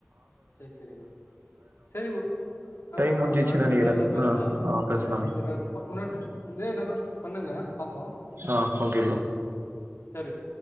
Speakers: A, on the left (about 70°); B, on the right (about 55°).
A: சரி சரி ஆ சரி ஒ ஆ
B: டைம் முடிஞ்சிச்சு
A: ஆ அடுத்த
B: நெனைக்கிறே
A: கால்ல பேசலா
B: ஆ பேசலாம்
A: ஆ அடுத்த கால் உன்னொட இதே நம்பரு க்கு பண்ணுங்க பாப்போ
B: ஆ ஓகே ப்ரோ
A: சரி ப்ரோ